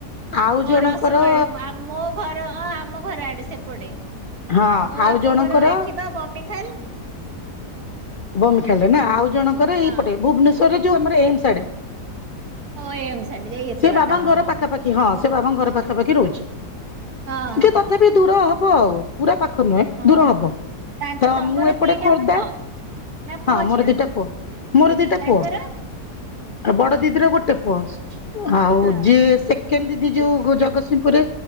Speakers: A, on the left; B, on the right.
A: ଆଉ
B: ଓ
A: ଜଣଙ୍କର
B: ରସୁଲଗଡରେ ଆ ମୋ ଘର ଆମ ଘର ଆଡ଼େ ସେପଟେ।
A: ହଁ
B: ମୋ
A: ଆଉ
B: ବାପଘର
A: ଜଣଙ୍କର
B: ଏଠି ବା ବମ୍ବି ଖାଲ।
A: ବମ୍ବିଖାଲ ରେ ନା ଆଉ ଜଣଙ୍କର ଏଇପଟେ
B: ହଁ।
A: ଭୁବନେଶ୍ୱରରେ ଯୋଉ ଆମ ଏମ ସ୍ ଆଡ଼େ।
B: ଓ ଏମ ସ୍ ଆଡ଼େ ଯାଇ ଏତେ
A: ସେ
B: ବାଟ
A: ବାବାଙ୍କ
B: ହଁ।
A: ଘର ପାଖାପାଖି ହଁ ସେ ବାବାଙ୍କ ଘର ପାଖାପଖି ରହୁଚି।
B: ହଁ ହଁ
A: ଯେ ତତେ
B: ହଁ।
A: ବି ଦୂର ହବ ଆଉ ପୁରା ପାଖ ନୁହେଁ
B: ହଁ
A: ଦୂର ହବ।
B: ତାଙ୍କ
A: ତ
B: ତମର
A: ମୁଁ ଏପଟେ
B: ଦି ଟା
A: ଖୋର୍ଦ୍ଧା
B: ପୁଅ ନା
A: ହଁ
B: ପୁଅ
A: ମୋର
B: ଝିଅ?
A: ଦିଟା ପୁଅ ମୋର ଦିଟା
B: ତାଙ୍କର?
A: ପୁଅ ଆଉ ବଡ଼ ଦିଦିର ଗୋଟେ ପୁଅ। ଆଉ
B: ହଁ।
A: ଯିଏ ସେକେଣ୍ଡ ଦିଦି ଯୋଉ ଜଗତସିଂହପୁରରେ